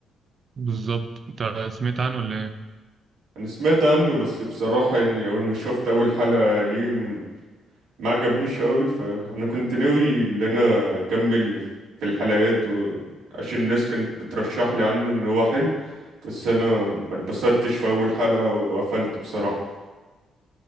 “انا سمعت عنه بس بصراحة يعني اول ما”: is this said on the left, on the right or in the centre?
Right